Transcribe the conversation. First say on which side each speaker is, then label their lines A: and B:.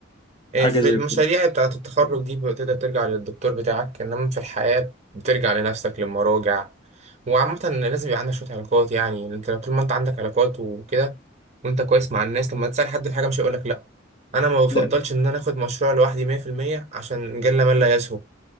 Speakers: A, on the right; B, on the left.
A: إيه،
B: حاجة
A: في
B: زي
A: المشاريع
B: كده
A: بتاعة التخرج دي بتقدر ترجع للدكتور بتاعك إنما في الحياة بترجع لنفسك للمراجع وعامة لازم يبقى عندك شوية علاقات يعني أنت طول ما أنت عندك علاقات وكده وأنت كويس مع الناس لما تسأل حد في حاجة مش هيقولك لأ أنا ما بفضلش
B: ده
A: إن أنا آخد مشروع لوحدي 100% عشان جل من لا يسهو